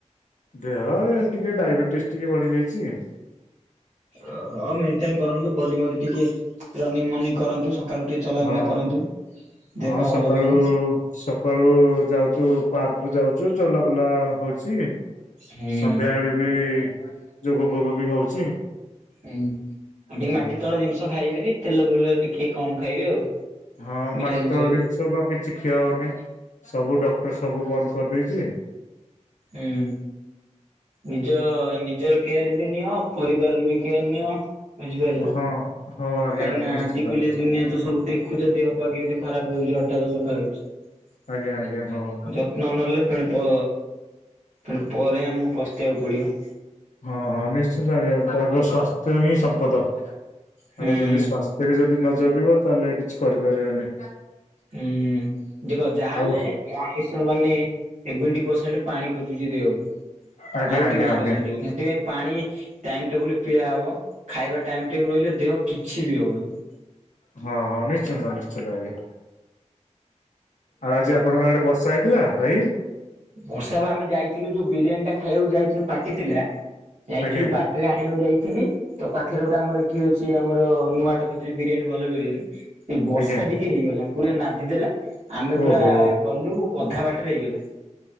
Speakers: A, on the left (about 75°); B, on the right (about 75°).
A: ଦେହ ଏ ଟିକେ ଡାଇବେଟିସ୍ ଟିକେ ବଢି ଯାଇଚି।
B: ଓ ହଉ ମେଣ୍ଟେନ କରନ୍ତୁ ବଡି ମଡ଼ି ଟିକେ ରନିଙ୍ଗ ମନିଙ୍ଗ କରନ୍ତୁ, ସକାଳୁ ଟିକେ ଚଲାବୁଲା
A: ହଁ
B: କରନ୍ତୁ,
A: ହଁ
B: ଦେହ ପା
A: ସକାଳୁ
B: ଭଲ ରହିବ।
A: ସକାଳୁ ଯାଉଚୁ ପାର୍କ କୁ ଯାଉଚୁ ଚଲାବୁଲା ହଉଛି।
B: ହୁଁ।
A: ସନ୍ଧ୍ୟାବେଳେ ବି ଯୋଗ ଫୋଗ ବି ହଉଛି।
B: ହୁଁ ଆଉ ଟିକେ
A: ଆଉ
B: ମାଟି ତଳ ଜିନିଷ ଖାଇବେନି ତେଲ ବେଲ ଟିକେ କମ ଖାଇବେ ଆଉ।
A: ହଁ
B: ମିଠା
A: ମାଟି ତଳ
B: ବି।
A: ଜିନିଷ ବା କିଛି ଖିଆ ହଉନି ସବୁ ଡକ୍ଟର, ସବୁ ବନ୍ଦ କରିଦେଇଚି।
B: ଓମ୍। ନିଜ ନିଜର କେୟାର ବି ନିଅ ପରିବାର ବି କେୟାର ନିଅ <unintelligible>
A: ହଁ ହଉ ଆଜ୍ଞା
B: କାହିଁକି
A: ଆଜ୍ଞା
B: ନା
A: ନିଶ୍ଚିନ୍ତ
B: ଆଜିିକାଲିଆ
A: ନିଶ୍ଚିନ୍ତ
B: ଦୁନିଆ ତ ସବୁ ଦେଖୁଚ ଦେହ ପା କେମିତି ଖରାପ ହଉଛି ହଠାତ୍ <unintelligible>
A: ଆଜ୍ଞା ଆଜ୍ଞା ହଉ।
B: ଯତ୍ନ ନେଲେ ଫେଣି ପ ଫେଣେ ପରେ ଆମକୁ ପସ୍ତେଇବାକୁ ପଡ଼ିବ।
A: ହଁ ହଁ ନିଶ୍ଚନ୍ତ ଆଣିବା ସ୍ଵାସ୍ଥ୍ୟ ହିଁ ସମ୍ପଦ ଆ
B: ହୁଁ।
A: ଯଦି ସ୍ୱାସ୍ଥ୍ୟ ଏବେ ଯଦି ନ ଜଗିବ ତାହେଲେ କିଛି କରିପାରିବନି।
B: ହୁଁ ଦେଖ ଯାହାହେଲେ
A: ଆଉ
B: ମଣିଷ ମାନେ ସେଭେଣ୍ଟି ପରସେଣ୍ଟ ପାଣି ଖୋଜୁଛି ଦେହକୁ
A: ଆଜ୍ଞା
B: ଆଉ
A: ଆଜ୍ଞା
B: ତିରିଶ
A: ଆଜ୍ଞା।
B: ପରସେଣ୍ଟ ସେଥିପାଇଁ ପାଣି ଟାଇମ ଟେବୁଲ ପିଇଆ ହବ ଖାଇବା ଟାଇମ ଟେବୁଲ ରହିଲେ ଦେହ କିଛି ବି ହବନି।
A: ହଁ ନିଶ୍ଚିନ୍ତ ନିଶ୍ଚିନ୍ତ ଆଜ୍ଞା। ଆଉ ଆଜି ଆପଣଙ୍କ ଆଡେ ବର୍ଷା ହେଇଥିଲା ଭାଇ।
B: ବର୍ଷା ବା ଆମେ ଯାଇଥିଲୁ ଯୋଉ ବିରିୟାନୀ ଟା ଖାଇବାକୁ ଯାଇଥିଲୁ ପାଟି ଥିଲା ଯାଇଥିଲୁ
A: ଆଜ୍ଞା
B: ବା ରେ ଆଣିବାକୁ ଯାଇଥିଲି ତ ପାଖରେ ଗୋଟେ ଆମର ଏଠି ଅଛି ଆମର ନୂଆ ହାଟ ବିରିୟାନୀ ଭଲ ବିରିୟାନୀ ସେ ବର୍ଷା
A: ଆଜ୍ଞା
B: ଟିକେ ହେଇଗଲା, ପୁରା ନାଦି ଦେଲା ଆମେ
A: ଓହୋ
B: ପୁରା ଗଲୁ ଅଧା ବାଟରେ ହେଇଗଲା।